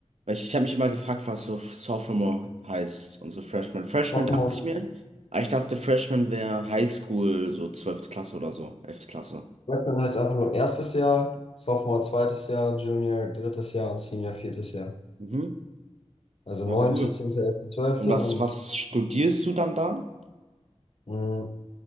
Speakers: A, on the right; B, on the left.
A: Weil ich, ich habe mich immer gefragt, was so Sophomore heißt und so Freshman. Freshman
B: Sophomore,
A: dachte ich mir. Aber ich dachte, Freshman wäre Highschool, so zwölfte Klasse oder so, elfte Klasse.
B: Freshman heißt einfach nur erstes Jahr, Sophomore zweites Jahr, Junior drittes Jahr und Senior viertes Jahr.
A: Mhm.
B: Also neunte,
A: Ja, cool.
B: zehnte, elfte, zwölfte
A: Und was,
B: und
A: was studierst du dann da?
B: mh,